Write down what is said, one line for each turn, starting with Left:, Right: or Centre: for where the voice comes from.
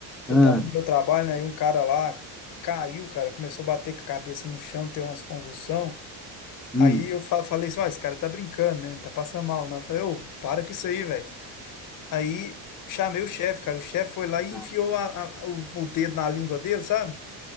Centre: hum,
Left: Eu tava no meu trabalho, né? E um cara lá caiu, cara, começou a bater com a cabeça no chão, ter umas convulsão.
Centre: hum.
Left: Aí eu fa- falei assim, ó, esse cara tá brincando, né? Não tá passando mal, não. Eu falei, ô, para com isso aí, velho. Aí chamei o chefe, cara. O chefe foi lá e
Centre: tá.
Left: enfiou a- a- o, o dedo na língua dele, sabe?